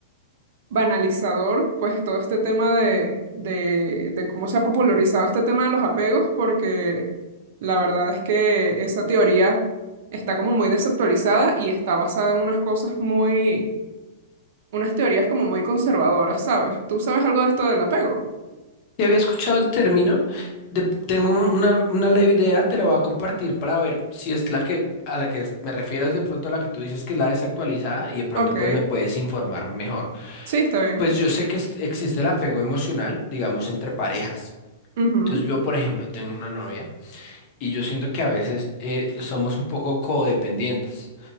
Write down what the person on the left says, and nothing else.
Ya había escuchado el término. De- tengo una, una leve idea, te la voy a compartir para ver si es la que a la que me refiero es de pronto la que tú dices que es la desactualizada y de pronto
pues me puedes informar mejor.
Pues yo sé que es- existe el apego emocional, digamos, entre parejas.
Entonces yo, por ejemplo, tengo una novia y yo siento que a veces eh, somos un poco codependientes.